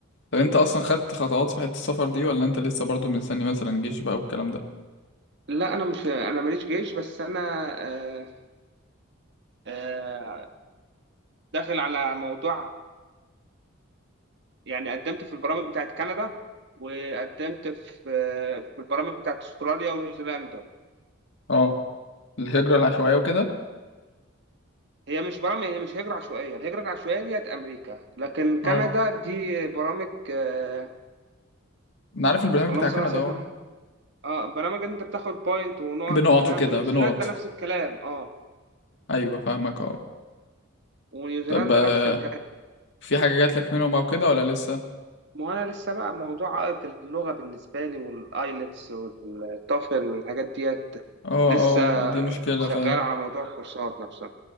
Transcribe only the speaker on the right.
لا انا مش انا ماليش جيش بس انا آه، آه، داخل على موضوع يعني قدمت في البرامج بتاعت كندا وقدمت في في البرامج بتاعت استراليا ونيوزيلندا
هي مش برامج هي مش هجرة عشوائية الهجرة العشوائية ديت أمريكا لكن كندا
دي برامج آه،
اللهم
صل
على سيدنا
محمد. اه برامج إن انت بتاخد بوينت ونقط
وكلام
ونيوزيلندا
نفس الكلام اه
ونيوزيلندا
نفس الكلام
ما انا لسه بقى موضوع عائق اللغه بالنسبه لي والايلتس والتوفل والحاجات ديت
لسه
شغال على موضوع الكورسات نفسها